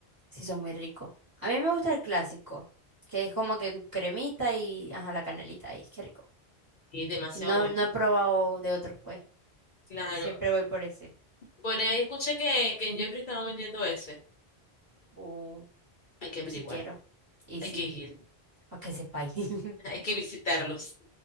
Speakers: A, on the right (about 20°); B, on the left (about 55°).
A: sí, son muy ricos. A mí me gusta el clásico, que es como que cremita y, ajá, la canelita ahí. Qué rico.
B: Sí, demasiado
A: No,
B: bueno.
A: no he probado de otros, pues.
B: Claro.
A: Siempre voy por ese.
B: Por ahí escuché que, que en Jeffrey estaba vendiendo ese.
A: Uh,
B: Hay que averiguar,
A: sí quiero. Y
B: hay
A: sí,
B: que ir.
A: para que sepáis. <laughs>
B: Hay que visitarlos.